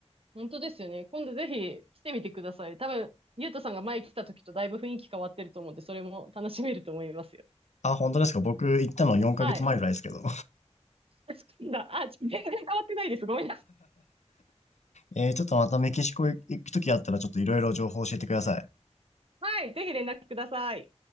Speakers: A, on the right (about 55°); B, on the left (about 85°).
A: 本当ですよね。今度ぜひ来てみてください。多分、ゆうとさんが前来た時とだいぶ雰囲気変わってると思うんで、それも楽しめると思いますよ。
B: あ、本当ですか僕行ったの4ヶ月前ぐらいですけど。
A: はい。<laughs> 好きだ。あ、全然変わってないです。ごめんなさ
B: えー、ちょっとまたメキシコ行くときあったらちょっといろいろ情報教えてください。
A: い。はい。ぜひ連絡ください。